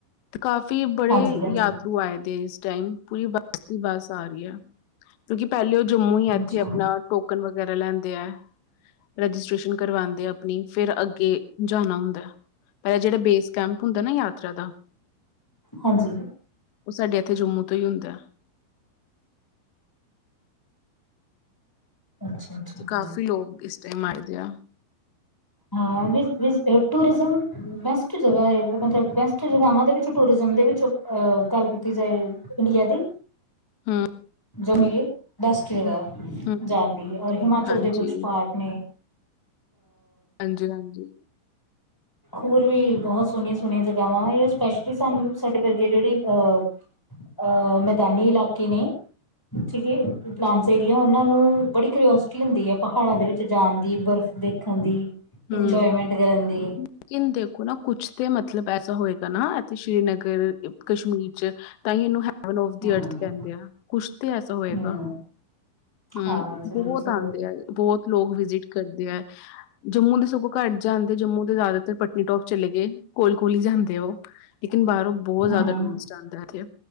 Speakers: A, on the left; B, in the centre.
A: ਤੇ ਕਾਫੀ ਬੜੇ
B: ਹਾਂਜੀ ਹਾਂਜੀ
A: ਯਾਤਰੂ ਆਏ ਦੇ ਇਸ ਟਾਈਮ ਪੂਰੀ ਬੱਸ ਦੀ ਬੱਸ ਆ ਰਹੀ ਹੈ। ਕਿਉਂਕਿ ਪਹਿਲੇ ਉਹ ਜੰਮੂ ਹੀ ਹੈ, ਇੱਥੇ
B: ਅੱਛਾ
A: ਆਪਣਾ ਟੋਕਨ ਵਗੈਰਾ ਲੈਂਦੇ ਹੈ। ਰਜਿਸਟ੍ਰੇਸ਼ਨ ਕਰਵਾਉਂਦੇ ਆਪਣੀ ਫਿਰ ਅੱਗੇ ਜਾਣਾ ਹੁੰਦਾ ਹੈ। ਪਹਲੇ ਜਿਹੜਾ ਬੇਸ ਕੈਂਪ ਹੁੰਦਾ ਨਾ ਯਾਤਰਾ ਦਾ,
B: ਹਾਂਜੀ
A: ਉਹ ਸਾਡੇ ਇੱਥੇ ਜੰਮੂ ਤੋਂ ਹੀ ਹੁੰਦਾ ਹੈ।
B: ਅੱਛਾ, ਅੱਛਾ
A: ਤੇ ਕਾਫ਼ੀ
B: ਠੀਕ
A: ਲੋਕ ਇਸ ਟਾਈਮ ਆਏ ਦੇ ਆ,
B: ਹਾਂ ਟੂਰਿਜ਼ਮ ਬੈਸਟ ਜਗ੍ਹਾ ਐ ਮਤਲਬ ਬੈਸਟ ਜਗ੍ਹਾਵਾਂ ਦੇ ਵਿੱਚ ਟੂਰਿਜ਼ਮ ਦੇ ਵਿੱਚ ਅ ਗੱਲ ਕੀਤੀ ਜਾਏ। ਇੰਡੀਆ ਦੀ,
A: ਹਮ
B: ਜਮੀਰ ਦਸਟ ਜਗ੍ਹਾ
A: ਹਮ ਹਮ
B: ਜਾਣ ਦੀ ਔਰ ਹਿਮਾਚਲ
A: ਹਾਂਜੀ
B: ਦੇ ਕੁਛ ਪਾਰਟ ਨੇ,
A: ਹਾਂਜੀ ਹਾਂਜੀ,
B: ਹੋਰ ਵੀ ਬਹੁਤ ਸੋਹਣੀਆਂ ਸੋਹਣੀਆਂ ਜਗਾਵਾਂ ਇਹ ਸਪੈਸ਼ਲੀ ਸਾਨੂੰ ਸਾਡੇ ਵਰਗੇ ਜਿਹੜੇ ਅਹ, ਅਹ ਮੈਦਾਨੀ ਇਲਾਕੇ ਨੇ, ਠੀਕ ਐ ਪਲਾਂਟਸ ਏਰੀਆ ਉਹਨਾਂ ਨੂੰ ਬੜੀ ਕਰਓਸਿਟੀ ਹੁੰਦੀ ਐ, ਪਹਾੜਾਂ ਦੇ ਵਿੱਚ ਜਾਣ ਦੀ ਬਰਫ਼ ਦੇਖਣ ਦੀ, ਇੰਜੋਏਮੈਂਟ
A: ਹੂੰ,
B: ਕਰਨ ਦੀ
A: ਲੇਕਿਨ ਦੇਖੋ ਨਾ ਕੁਛ ਤਾਂ ਮਤਲਬ ਐਸਾ ਹੋਏਗਾ। ਨਾ ਇਥੇ ਸ਼੍ਰੀਨਗਰ ਕਸ਼ਮੀਰ ਚ ਤਾਂਹੀ ਇਹਨੂੰ ਹੈਵਨ ਔਫ ਦੀ
B: ਹਮ
A: ਅਰਥ ਕਹਿੰਦੇ ਆ। ਕੁਛ ਤੇ ਐਸਾ ਹੋਏਗਾ।
B: ਹਮ
A: ਹੂੰ,
B: ਹਾਂ ਜ਼ਰੂਰ
A: ਬਹੁਤ
B: ਜ਼ਰੂਰ
A: ਆਦੇ ਐ ਬਹੁਤ ਲੋਕ ਵਿਜਿਟ ਕਰਦੇ ਐ। ਜੰਮੂ ਦੇ ਸਗੋਂ ਘੱਟ ਜਾਂਦੇ ਜੰਮੂ ਦੇ ਜ਼ਿਆਦਾਤਰ ਪਤਨੀਟੋਪ ਚਲੇ ਗਏ ਕੋਲ ਕੋਲ ਹੀ ਜਾਂਦੇ ਉਹ ਲੇਕਿਨ ਬਾਰੋਂ ਬਹੁਤ ਜ਼ਿਆਦਾ
B: ਹਾਂ
A: ਟੂਰਿਸਟ ਆਦਾ ਐਥੇ,